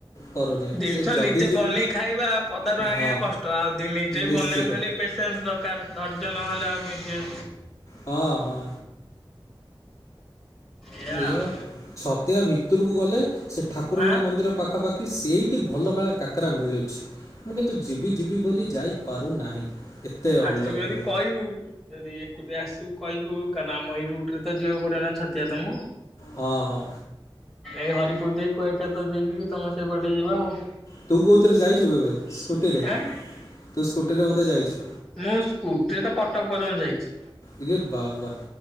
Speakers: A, on the left; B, in the centre.
A: କରୁନି
B: ଜିନିଷ
A: ସେ ଯଦି
B: ନିଜେ
A: ଯିବି
B: ବନେଇ ଖାଇବା ପଦାରୁଆଣିବା
A: ହଁ
B: କଷ୍ଟ ଆଉ ଦି ନିଜେ
A: ନିଶ୍ଚିତ
B: ବନେଇବାକୁ ହେଲେ ପେସେନ୍ସ ଦରକାର ଧୈର୍ଯ୍ୟ ନହେଲେ ଆଉ ନିଜେ
A: ହଁ ହଁ।
B: ଏଇଆ
A: ଏୟା
B: ଆଉ
A: ଛତିଆ ଭିତରକୁ ଗଲେ ସେ ଠାକୁରଙ୍କ
B: ଆଁ
A: ମନ୍ଦିର ପାଖାପାଖି କି ସେଇଠି ଭଲ କାଳେ କାକରା ମିଳୁଚି। ମୁଁ କିନ୍ତୁ ଯିବି ଯିବି ବୋଲି ଯାଇପାରୁନାହିଁ। ଏତେ
B: ଆସିବୁ
A: ଅନଲକି
B: ଯଦି
A: ମୁଁ।
B: କହିବୁ। ଯଦି ଏକୁଟିିଆ ଆସିବୁ କହିବୁ କାରଣ ଆମ ଏଇ ରୁଟ୍ ତ ଯିବାକୁ ପଡ଼ିବ ନା ଛତିଆ ତମକୁ।
A: ହଁ ହଁ।
B: ଏଇ ହରିପୁର ଦେଇ କୁଆଖିଇତ ଦେଇକି ତମ ସେଇପଟେ ଯିବ ଆଉ।
A: ତୁ କଉଥିରେ ଯାଇଚୁ କେବେ ସ୍କୁଟିରେ
B: ଆଁ
A: ତୁ ସ୍କୁଟିରେ ବୋଧେ ଯାଇଚୁ?
B: ମୁଁ ସ୍କୁଟିରେ ତ କଟକ ପର୍ଯ୍ୟନ୍ତ ଯାଇଚି।
A: ଇରେ ବାବା